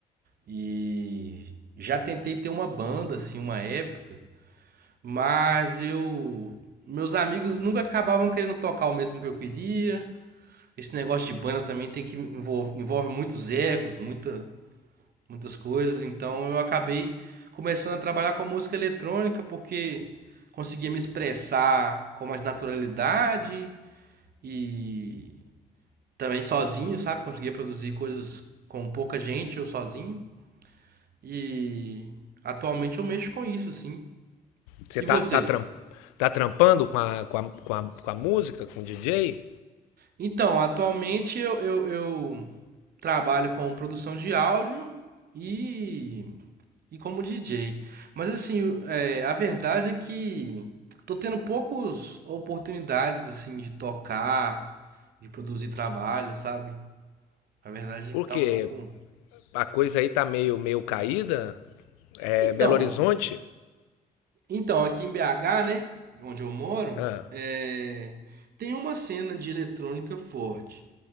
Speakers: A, on the right; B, on the left.
A: E já tentei ter uma banda, assim, uma época, mas eu. Meus amigos nunca acabavam querendo tocar o mesmo que eu queria. Esse negócio de banda também tem que envolve, envolve muitos egos, muita, muitas coisas. Então eu acabei começando a trabalhar com música eletrônica porque conseguia me expressar com mais naturalidade E também sozinho, sabe? Conseguia produzir coisas com pouca gente ou sozinho. E atualmente eu mexo com isso, assim.
B: Você
A: E
B: tá,
A: você?
B: tá, tram- tá trampando com a, com, a, com, a, com a música, com o DJ?
A: Então, atualmente eu, eu, eu trabalho com produção de áudio e, e como DJ. Mas assim, é, a verdade é que tô tendo poucas oportunidades assim de tocar, de produzir trabalho, sabe? A verdade
B: Por
A: é que tá
B: quê?
A: um pouco.
B: A coisa aí tá meio, meio caída? É
A: Então,
B: Belo Horizonte?
A: Então, aqui em BH, né, onde eu moro,
B: Ah,
A: é, tem uma cena de eletrônica forte,